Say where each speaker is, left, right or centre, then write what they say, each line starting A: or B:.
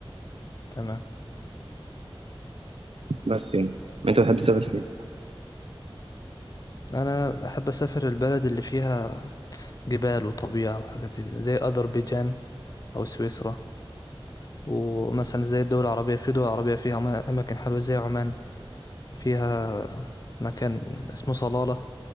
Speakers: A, on the left; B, on the right.
A: تمام
B: بس يعني انت بتحب تسافر فين؟
A: انا احب اسافر البلد اللي فيها جبال وطبيعه وحاجات زي كده، زي اذربيجان او سويسرا ومثلا زي الدول العربيه في دول عربيه فيها أما- اماكن حلوه زي عمان فيها مكان اسمه صلاله